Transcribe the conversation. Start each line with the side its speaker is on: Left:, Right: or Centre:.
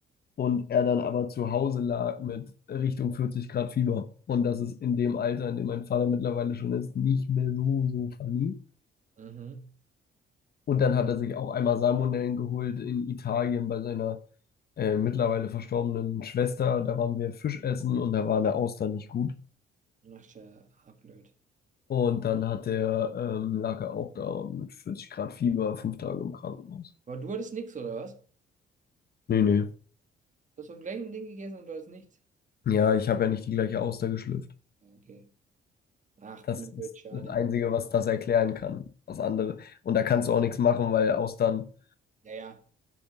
Left: Und er dann aber zu Hause lag mit Richtung 40 Grad Fieber. Und das ist in dem Alter, in dem mein Vater mittlerweile schon ist, nicht mehr so, so funny.
Right: Mhm.
Left: Und dann hat er sich auch einmal Salmonellen geholt in Italien bei seiner äh, mittlerweile verstorbenen Schwester, da waren wir Fisch essen und da war der Austern nicht gut.
Right: Ach, tja, ah, blöd.
Left: Und dann hat der, ähm, lag er auch da mit 40 Grad Fieber, fünf Tage im Krankenhaus.
Right: Aber du hattest nichts, oder was? Du
Left: Nee, nee.
Right: hast vom gleichen Ding gegessen und du hattest nichts.
Left: Ja, ich habe ja nicht die gleiche Auster geschlüpft.
Right: Ja, Okay. Ach,
Left: Das
Right: blöd,
Left: ist
Right: schade.
Left: das Einzige, was das erklären kann. was andere. Und da kannst du auch nichts machen, weil Austern,
Right: Ja, ja.